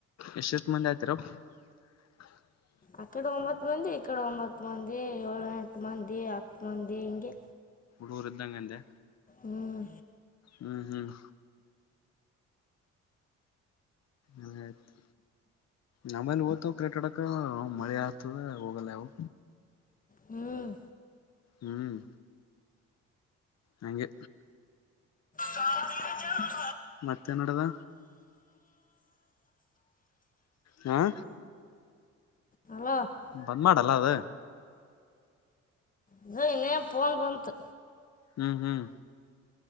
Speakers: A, on the left; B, on the left.
A: ಎಷ್ಟ್ ಎಷ್ಟ್ ಮಂದಿ ಮತ್ತರ. <unintelligible>
B: ಆಕಡೆ ಒಂಬತ್ ಮಂದಿ, ಈಕಡೆ ಒಂಬತ್ ಮಂದಿ, ಏಳೋ ಎಂಟ್ ಮಂದಿ ಆಗ್ತ್ ಮುಂದೆ ಹಿಂಗೆ
A: ದೂರಿದ್ದಂಗ್ ಅಂದ್ಯ?
B: ಹ್ಮ್
A: ಹ್ಮ್ ಹ್ಮ್ ಹ ಆಯ್ತು. ನಮ್ಮಲ್ಲಿ ಓಗ್ತವು ಕ್ರಿಕೆಡಕ ಮಳೆ ಆಯ್ತದೆ ಹೋಗಲ್ಲ ಯಾವು.
B: ಹ್ಮ್
A: ಹ್ಮ್ ಹಂಗೆ
B: ಸಾವಿರ ಜನುಮ
A: ಮತ್ತೇನ್ ನಡದ? ಹ್ಞಾಂ
B: ಹಲೋ ಅದು
A: ಬಂದ್ ಮಾಡಲ್ಲ ಅವೆ.
B: ಅಗ ಇನ್ನೇನ್ ಪೋನ್ ಬಂತು.
A: ಹ್ಮ್ ಹ್ಮ್.